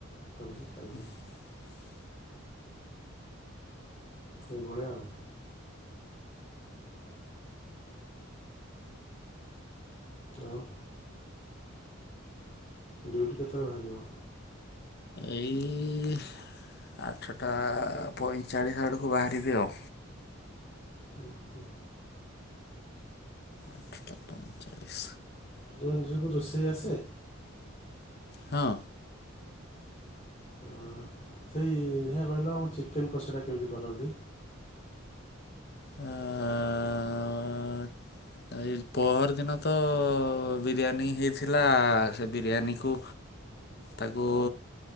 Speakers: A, on the left; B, on the left.
A: କରିକି ଖାଇବି
B: <unintelligible>
A: ଏଇଭଳିଆ ଆଉ। ଆଉ। ଡ୍ୟୁଟି କେତେବେଳେ ଭାରିବ।
B: ଏଇ ଆଠଟା ପଇଁଚାଳିଶ ଆଡ଼କୁ ବାହାରିବି ଆଉ।
A: ଉଁ, ହୁଁ।
B: ଆଠଟା ପଇଁଚାଳିଶ
A: ତୁମ ଝିଅକୁୁ ରୋଷେଇ ଆସେ।
B: ହଁ।
A: ଆଁ ସେଇ ହିଆ କହିଲ ଆମ ଚିକେନ କଷାଟା କେମତି କରନ୍ତି।
B: ଆଁ ଏ ପହରଦିନ ତ ବିରିୟାନୀ ହେଇଥିଲା ସେ ବିରିୟାନୀକୁ ତାକୁ